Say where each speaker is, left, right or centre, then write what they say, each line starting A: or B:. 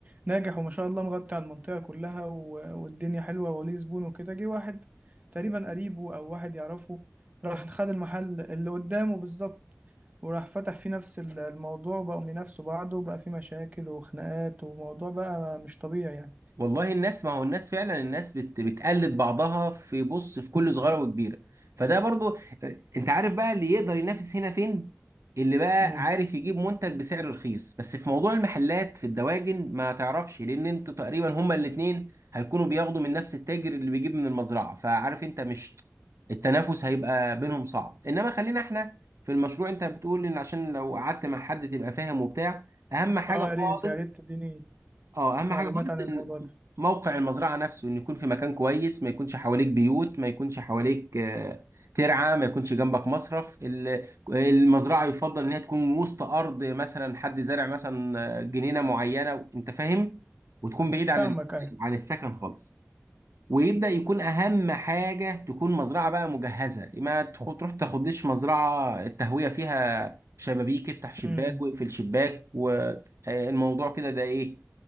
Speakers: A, on the right (about 30°); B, on the right (about 75°).
A: ناجح وما شاء الله مغطي على المنطقة كلها و- والدنيا حلوة وليه زبون وكده جه واحد تقريبا قريبه او واحد يعرفه راح خد المحل اللي قدامه بالظبط وراح فتح فيه نفس ال- الموضوع وبقوا بينافسوا بعض وبقى فيه مشاكل وخناقات وموضوع بقى مش طبيعي
B: والله الناس ما هو الناس فعلا الناس بت بتقلد بعضها في بص في كل صغيره وكبيره فده برضو انت عارف بقى اللي يقدر ينافس هنا فين اللي بقى
A: يعني
B: عارف يجيب منتج بسعر رخيص بس في موضوع المحلات في الدواجن ما تعرفش لان انتوا تقريبا هما الاتنين هيكونوا بياخدوا من نفس التاجر اللي بيجيب من المزرعه فعارف انت مش التنافس هيبقى بينهم صعب انما خلينا احنا في المشروع انت بتقول ان عشان لو قعدت مع حد تبقى فاهم وبتاع اهم حاجه
A: اه
B: خالص
A: يا ريت يا ريت تديني
B: اه اهم
A: معلومات
B: حاجه خالص
A: عن
B: ان
A: الموضوع ده
B: موقع المزرعه نفسه ان يكون في مكان كويس ما يكونش حواليك بيوت ما يكونش حواليك آه، ترعه ما يكونش جنبك مصرف ال- المزرعه يفضل ان هي تكون وسط ارض مثلا حد زارع مثلا آه، جنينه معينه انت فاهم وتكون بعيد عن
A: فاهمك
B: ال-
A: ايوه
B: عن السكن خالص ويبدا يكون اهم حاجه تكون مزرعه بقى مجهزه ما تخ- تروح تاخدش مزرعه التهويه فيها شبابيك افتح شباك
A: امم
B: واقفل شباك والموضوع كده ده ايه